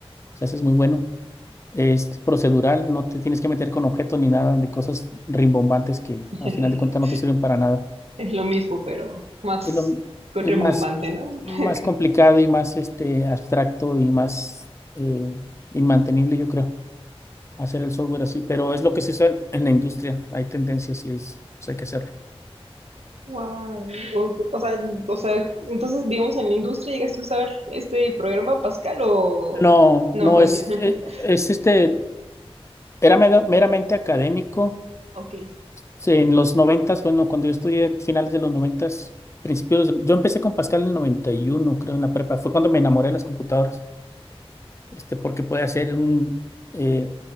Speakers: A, on the left; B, on the right.
A: sea, ese es muy bueno. Es procedural, no te tienes que meter con objetos ni nada de cosas rimbombantes que
B: <laughs>
A: a final de cuentas no te sirven para nada.
B: Es lo mismo, pero más
A: Es lo
B: rebumbante,
A: es más,
B: ¿no? <laughs>
A: más
B: Ok.
A: complicado y más este, abstracto y más eh, inmantenible, yo creo, hacer el software así, pero es lo que se usa en la industria. Hay tendencias y es, pues hay que hacerlo.
B: Wow. O, o sea, o sea, entonces, digamos, en la industria llegaste a usar este programa Pascal o...
A: No,
B: No,
A: no
B: no,
A: es,
B: yo. <laughs>
A: e- es este, era mera- meramente académico
B: Ok,
A: Sí, en los noventas, bueno, cuando yo estudié finales de los noventas, principios, del- yo empecé con Pascal en el 91 creo, en la prepa. Fue cuando me enamoré de las computadoras, este, porque puede hacer un, eh,